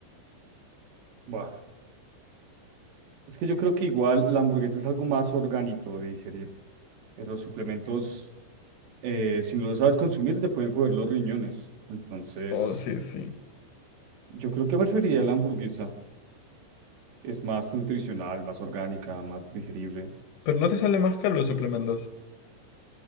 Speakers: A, on the right (about 70°); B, on the left (about 80°).
A: Buah. Es que yo creo que igual la hamburguesa es algo más orgánico de digerir. Eh, Los suplementos, eh, si no lo sabes consumir, te pueden coger los riñones. Entonces,
B: Oh, sí, sí.
A: yo creo que preferiría la hamburguesa. Es más nutricional, más orgánica, más digerible.
B: Pero no te sale más caro los suplementos.